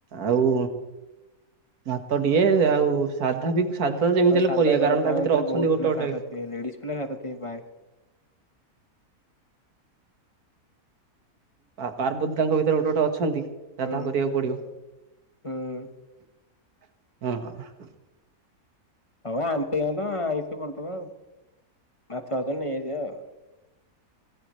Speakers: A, on the right; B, on the left.
A: ଆଉ ଭାତ ଟଏ ଆଉ ସାଧା ବି ସାଧା ଯେମିତି
B: ହଁ
A: ହେଲେ
B: ସାଦା
A: କରିବା
B: କ
A: କାରଣ
B: ତା ମଧ୍ୟରେ
A: ଭିତରେ ଅଛନ୍ତି
B: ବହୁତ
A: ଗୋଟେ
B: ପିଲା
A: ଗୋଟେ
B: ସାଧା ଥିବ ଲେଡିଜ ପିଲା ସାଧାଥିବଏ ପାଏ।
A: ପାର୍ବତାଙ୍କ ଭିତରେ ଗୋଟେ ଗୋଟେ ଅଛନ୍ତି ଯଧା
B: ହୁଁ
A: କରିବାକୁ ପଡିବ।
B: ହୁଁ
A: ହଁ।
B: ହଉ ଆମ ତ ଆଇଷ କରିଦବ ଆଉ ମାଛ ବାଜ ନେଇଯଯିବା ଆଉ